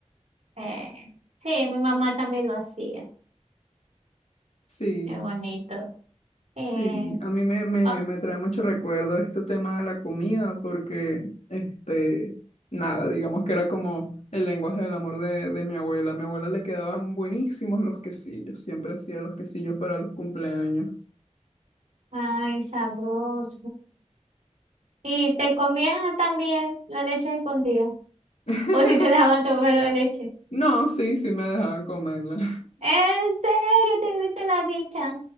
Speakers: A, on the right; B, on the left.
A: Eh, sí, mi mamá también lo hacía.
B: Sí,
A: Qué bonito. Eh,
B: Sí, a mí me, me,
A: ah,
B: me trae mucho recuerdo este tema de la comida, porque, este, nada, digamos que era como el lenguaje del amor de, de mi abuela. A mi abuela le quedaban buenísimos los quesillos, siempre hacía los quesillos para los cumpleaños.
A: ay, sabroso. ¿Y te comías también la leche escondida?
B: <laughs>
A: ¿O si te dejaban tomar la leche?
B: No, sí, sí me dejaban comerla,
A: ¿En serio te viste la dicha?